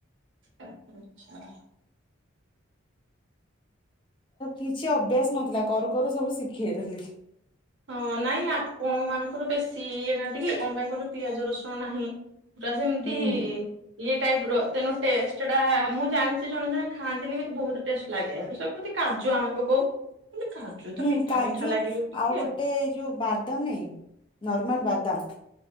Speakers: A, on the right; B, on the left.
A: ଆଛା।
B: କିଛି ଅଭ୍ୟାସ ନଥିଲା, କରୁ କରୁ ସବୁ ଶିଖେଗଲି
A: ହଁ ନାଇଁ ଆପଣ ମାନଙ୍କର ବେଶୀ ଇଏ ନା ଟିକେ କଣ, ପାଇଁ କହିଲ ପିଆଜ ରସୁଣ ନାହିଁ। ପୁରା ଜେନ୍ତି।
B: ହୁଁ
A: ଟାଇପର ତେଣୁ ଟେଷ୍ଟ ଟା ମୁଁ ଜାଣିଛି ଜଣେ ଜଣେ ଖାଆନ୍ତିନି, କିନ୍ତୁ ବହୁତ ଟେଷ୍ଟ ଲାଗେ କା କାଜୁ ଆମେ ପକାଉ ହେଲେ କାଜୁ
B: ହୁଁ
A: ତ ମିଠା
B: କାଜୁ
A: ମିଠା ଲାଗିବ ଟିକେ
B: ଆଉ ଗୋଟେ ଏଇ ଯୋଉ ବାଦାମ ନାଇ ନର୍ମାଲ ବାଦାମ